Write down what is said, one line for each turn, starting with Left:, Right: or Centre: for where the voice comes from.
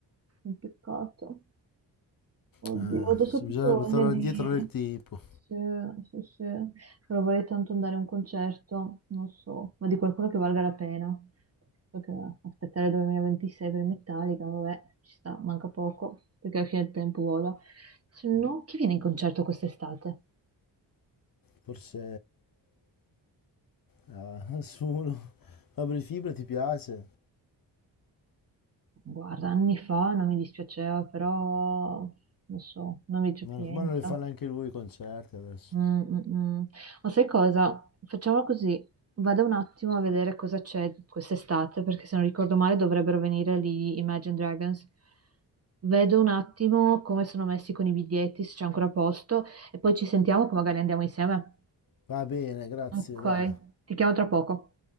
Right: Un peccato. Oddio,
Left: Eh,
Right: ho adesso
Left: sì,
Right: ho proprio
Left: bisognerebbe
Right: voglia
Left: tornare
Right: di...
Left: indietro nel tempo.
Right: Sì, sì, sì. Però vorrei tanto andare a un concerto, non so, ma di qualcuno che valga la pena. Perché aspettare 2026 per Metallica, vabbè, ci sta, manca poco, perché alla fine il tempo vola. Se no, chi viene in concerto quest'estate?
Left: Forse a <laughs> nessuno. Fabri Fibra ti piace?
Right: Guarda, anni fa non mi dispiaceva, però non so, non mi c'è
Left: No,
Right: più
Left: ormai
Right: niente.
Left: non li fa neanche lui i concerti adesso.
Right: Mm, mm, mm. Ma sai cosa? Facciamo così, vado un attimo a vedere cosa c'è quest'estate, perché se non ricordo male dovrebbero venire lì Imagine Dragons. Vedo un attimo come sono messi con i biglietti, se c'è ancora posto, e poi ci sentiamo che magari andiamo insieme.
Left: Va bene, grazie,
Right: Ok,
Left: dai.
Right: ti chiamo tra poco.